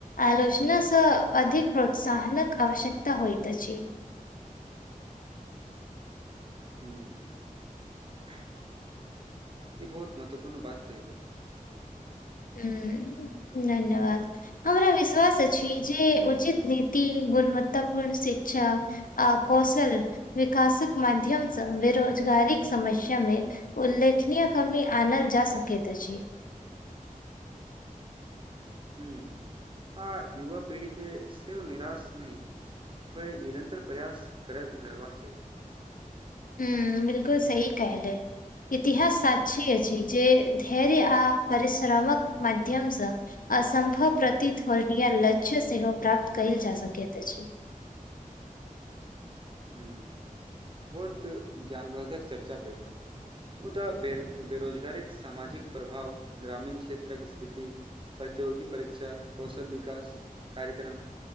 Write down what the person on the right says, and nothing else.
ह ई बहुत महत्वपूर्ण बात कहिले
ह आ युवा पीढ़ी के सेव निराश नइ बइ निरन्तर प्रयास करैत रहबाक चाही
ह बहुत ज्ञानवर्द्धक चर्चा भेल ऊत बेरो बेरोजगारिक सामाजिक प्रभाव ग्रामीण क्षेत्रक स्थिति प्रतियोगी परीक्षा कौशल विकास कार्यक्रम